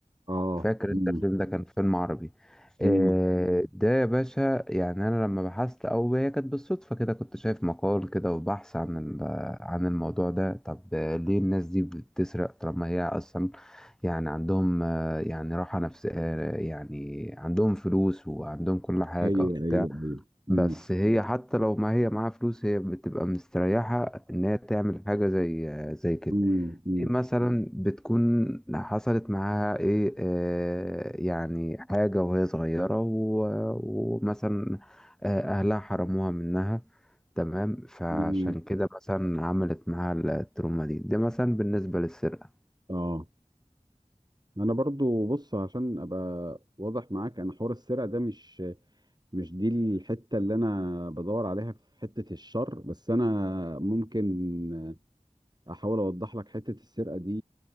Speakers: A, on the right; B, in the centre.
A: اه
B: فاكر
A: مم.
B: انت الفيلم ده كان فيلم عربي
A: مم.
B: آه، ده يا باشا يعني انا لما بحثت او هي كانت بالصدفه كده كنت شايف مقال كده وبحث عن ال- عن الموضوع ده طب آه، ليه الناس دي بتسرق طالما هي اصلا يعني عندهم آه، يعني راحه نفسيه آه، يعني عندهم فلوس وعندهم كل حاجه
A: ايوه
B: وبتاع
A: ايوه ايوه مم.
B: بس هي حتى لو ما هي معاها فلوس هي بتبقى مستريحه ان هي تعمل حاجه زي زي كده
A: مم. مم.
B: إيه مثلا بتكون حصلت معاها ايه آه يعني حاجة وهي صغيرة و- ومثلا آه اهلها حرموها منها تمام فعشان
A: مم.
B: كده مثلا عملت معاها التروما دي ده مثلا بالنسبة للسرقة
A: اه انا برضو بص عشان ابقى واضح معاك انا حوار السرقه ده مش مش دي الحته اللي انا بدور عليها في حته الشر بس انا ممكن احاول اوضح لك حته السرقه دي